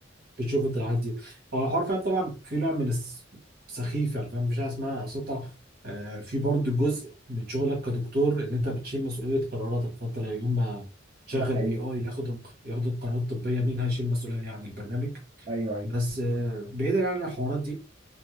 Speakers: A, on the right; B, on the right.
A: بتشوف انت الحاجات دي هو الحوار فاهم طبعا في نوع من الس- سخيف يعني فاهم مفيش حاجه اسمها سلطه آه، في برضه جزء من شغلك كدكتور ان انت بتشيل مسؤوليه قراراتك فانت لو يوم ما تشغل
B: ده حقيقي
A: اي اي ياخد ياخد القرارات الطبيه مين هيشيل مسؤوليه عن البرنامج
B: ايوه ايوه
A: بس آه، بعيدا عن الحوارات دي